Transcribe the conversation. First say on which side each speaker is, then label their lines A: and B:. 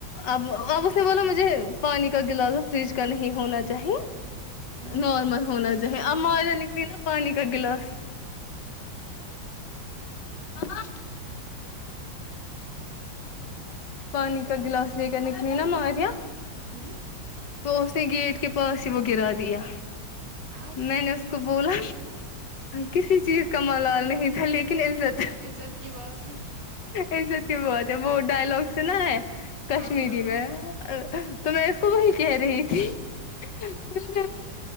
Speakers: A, on the left; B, on the right.
A: اب اب اس نے بولا مجھے پانی کا گلاس فریج کا نہیں ہونا چاہیے
B: ہوں
A: نارمل ہونا چاہیے اب ماریہ نکلی نا پانی کا گلاس ہاں پانی کا گلاس لے کر نکلی نا ماریا
B: ہوں
A: تو اس نے گیٹ کے پاس ہی وہ گرا دیا
B: آپ
A: میں نے اس کو بولا کسی چیز کا ملال نہیں تھا لیکن عزت
B: عزت کی بات ہے
A: عزت کی بہت ہے وہ ڈائلگ سنا ہے کشمیری
B: ہاں
A: میں
B: ہاں
A: تو میں اس کو وہی کہہ رہی تھی <unintelligible>
B: یہ